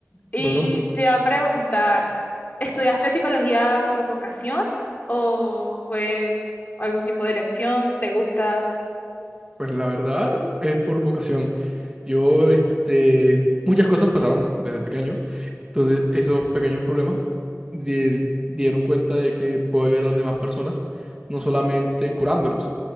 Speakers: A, on the left; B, on the right.
A: Y
B: Bueno,
A: te iba a preguntar, ¿estudiaste psicología por vocación o fue algún tipo de elección? ¿Te gusta?
B: Pues la verdad es por vocación. Yo, este, muchas cosas pasaron desde pequeño. Entonces, esos pequeños problemas di- dieron cuenta de que puedo ayudar a las demás personas, no solamente curándolos.